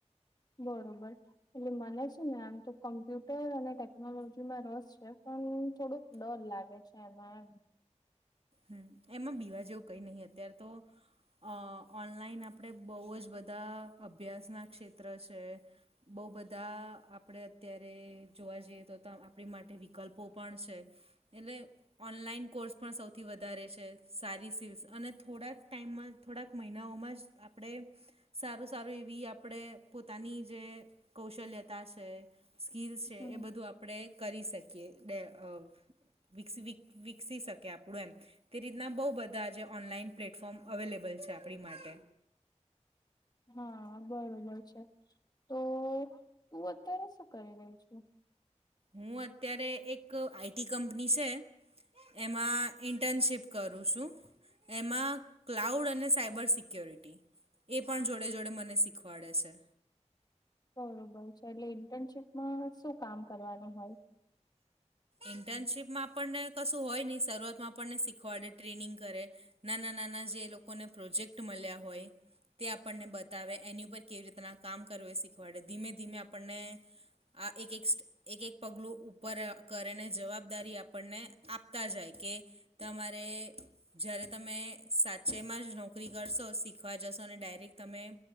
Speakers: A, on the left; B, on the right.
A: બરોબર એટલે મને છે ને આમ તો કમ્પ્યુટર અને ટેકનોલોજીમાં રસ છે પણ થોડુંક લોન લાગે છે એમાં એમ
B: હમ એમાં બીવા જેવું કઈ નહીિ અત્યારે તો અ ઓનલાઈન આપણે બહુ જ બધા અભ્યાસના ક્ષેત્ર છે બહુ બધા આપણે અત્યારે જોવા જઈએ તો આપણી માટે વિકલ્પો પણ છે એટલે ઓનલાઈન કોર્સ પણ સૌથી થી વધારે છે સારી સીિલ્સ અને થોડાક ટાઈમમાં થોડાક મહિનાઓમાં જ આપણે સારું સારું એવી આપણે પોતાની જે કૌશલ્યતા છે સ્કીિલ્સ
A: એમ
B: છે
A: હમ.
B: એ બધું આપ આપણે કરી શકીએ વ વિકસી શકીએ આપણું એમ તે રીતના બહુ બધા આજે ઓનલાઈન પ્લેટફોર્મ અવેલેબલ છે આપણી માટે
A: હા બરોબર છે તો તું અત્યારે શું કરી રહી છુ
B: હું અત્યારે એક આઈટી કંપની છે એમાં ઇન્ટર્નશીપ કરું છું એમાં ક્લાઉડ અને સાયબર સિક્યોરિટી એ પણ જોડે જોડે મને શીખવાડે છે
A: બરોબર છે એટલે ઇન્ટર્નશીપમાં શું કામ કરવાનું હોય
B: ઇન્ટર્નશીપમાં આપણને કશું હોય નહીં શરૂઆતમાં આપણને શીખવાડે ટ્રેનિંગ કરે નાના નાના જે એ લોકોને પ્રોજેક્ટ મળ્યા હોય તે આપણને બતાવે એની ઉપર કેવી રીતના કામ કરવું એ શીખવાડે ધીમે ધીમે આપણને આ એક એક સ્ટ એક એક પગલું ઉપર કરેને જવાબદારી આપણને આપતા જાય કે તમારે જ્યારે તમે સાચેમાં જ નોકરી કરશો શીખવા જશો અને ડાયરેક્ટ તમે